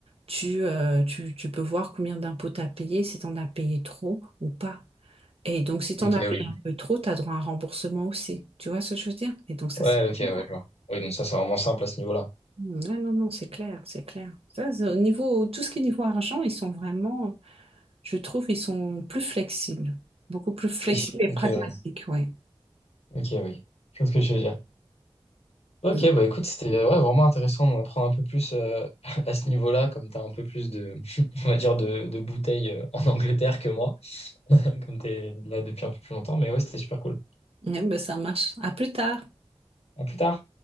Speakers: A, on the right; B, on the left.
A: tu, euh, tu, tu peux voir combien d'impôts tu as payé, si tu en as payé trop ou pas. Et donc, si tu
B: Ok,
A: en as payé
B: oui.
A: un peu trop, tu as droit à un remboursement aussi. Tu vois ce que je veux dire? Et donc, ça,
B: Ouais,
A: c'est...
B: ok, ouais,
A: Ah,
B: je vois. Oui, donc ça, c'est vraiment simple à ce niveau-là.
A: non, non, non, c'est clair, c'est clair. Ça, c'est au niveau, tout ce qui est niveau argent, ils sont vraiment... Je trouve ils sont plus flexibles, beaucoup plus flexibles
B: Oui,
A: et pragmatiques,
B: ok, ouais.
A: ouais.
B: Ok, oui. Je vois ce que je veux dire. Ok,
A: Mm.
B: bah écoute, c'était ouais, vraiment intéressant d'en apprendre un peu plus euh, <laughs> à ce niveau-là, comme t'as un peu plus de, <laughs> on va dire, de, de bouteilles euh, en Angleterre que moi, <laughs> comme t'es là depuis un peu plus longtemps. Mais ouais, c'était super cool.
A: Ouais, ben, ça marche. À plus tard.
B: À plus tard.